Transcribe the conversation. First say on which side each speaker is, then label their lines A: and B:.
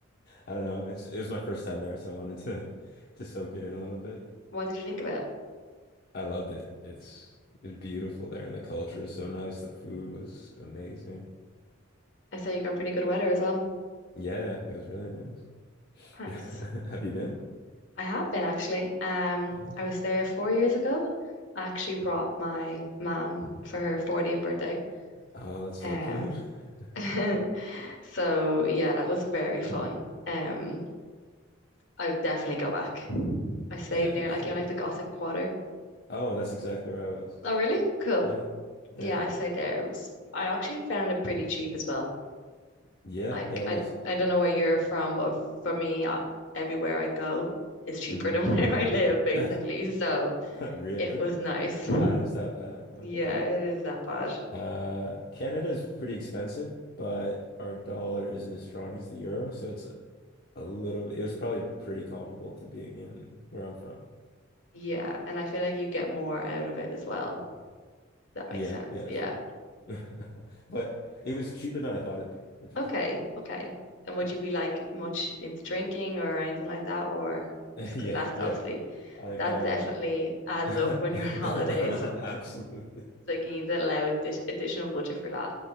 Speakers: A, on the left (about 55°); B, on the left (about 70°).
A: I don't know. It's it was my first time there, so I wanted to <laughs> to soak it in a little bit.
B: What did you think of it?
A: I loved it. It's it's beautiful there, and the culture is so nice. The food was amazing.
B: I say you got pretty good weather as well.
A: Yeah, it was really nice.
B: Nice.
A: <laughs> Have you been?
B: I have been actually. Um,
A: Oh,
B: I was
A: okay.
B: there four years ago. I actually brought my mom for her 40th birthday.
A: Oh, that's so
B: Um,
A: cute. <laughs>
B: <laughs> so yeah, that was very fun. Um, I would definitely go back. I stayed
A: Yeah,
B: near
A: you should.
B: like you know, like the Gothic Quarter.
A: Oh, that's exactly where I was.
B: Oh, really? Cool.
A: Yeah. Yeah.
B: Yeah, I stayed there. It was I actually found it pretty cheap as well.
A: Yeah.
B: Like
A: Yeah, I was.
B: I I don't know where you're from, but for me, I, everywhere I go is cheaper
A: hmm
B: than <laughs> where I live,
A: <laughs>
B: basically. So
A: Really?
B: it was nice. <laughs>
A: Ireland's that bad. Okay.
B: Yeah, it is that bad.
A: Uh, Canada is pretty expensive, but our dollar isn't as strong as the euro, so it's a a little it was probably pretty comparable to being in where I'm from.
B: Yeah, and I feel like you get more out of it as well. If that makes
A: Yeah,
B: sense.
A: yeah, as
B: Yeah.
A: well. <laughs> But it was cheaper than I thought it'd be, which
B: Okay.
A: was nice.
B: Okay. And would
A: Yeah.
B: you be like much into drinking or anything like that, or
A: <laughs>
B: just
A: Yeah,
B: because that's
A: yeah.
B: obviously
A: Like
B: that
A: um
B: definitely
A: <laughs>
B: adds
A: absolutely.
B: up when you're on <laughs> holidays. It's like you need to allow addi- additional budget for that.